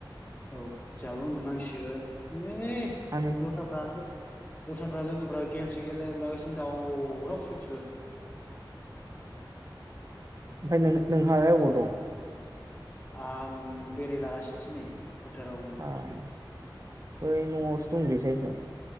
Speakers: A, on the left (about 20°); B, on the right (about 40°).
A: औ जाबो उन्दनांसिगोन। ए
B: आं
A: दसफ्रा दस्राफ्रा लोगोफ्रा गेमसो गेलला गासि- दावराव सयथिबो
B: ओमफाय नोंह नोंहालाय अबाव? बुं
A: आं बेरायलागासिनोसै नै फोथारावनो
B: आं बै न'आवसो दंलै सायदाव